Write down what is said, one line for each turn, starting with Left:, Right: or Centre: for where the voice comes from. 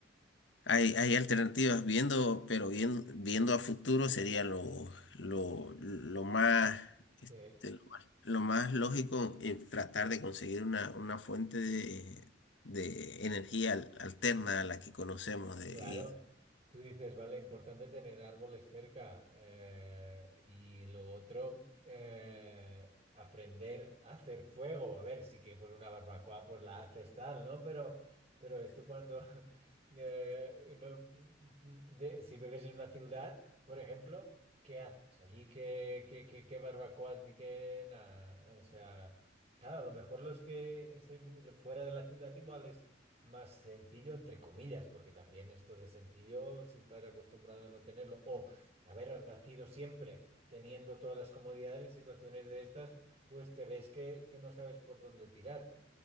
Left: Hay, hay alternativas viendo, pero bien, viendo a futuro sería lo, lo, lo más,
Right: Sí.
Left: este, lo más, lo más lógico en tratar de conseguir una, una fuente de, de energía al- alterna a la que conocemos. De,
Right: Claro,
Left: y-
Right: tú dices, vale, importante tener árboles cerca eh, y lo otro, eh, aprender a hacer fuego. A ver, sí que por una barbacoa pues la haces tal, ¿no? Pero, pero esto cuando, <laughs> eh, no- de- si bebes en una ciudad, por ejemplo, ¿qué haces? Allí qué, qué- qué- qué barbacoas ni qué nada. O sea, claro, a lo mejor los que se- fuera de la ciudad igual más sencillo, entre comillas, porque también esto de sencillo, si estás acostumbrado a no tenerlo, o haber nacido siempre teniendo todas las comodidades en situaciones de estas, pues te ves que, que no sabes por dónde tirar.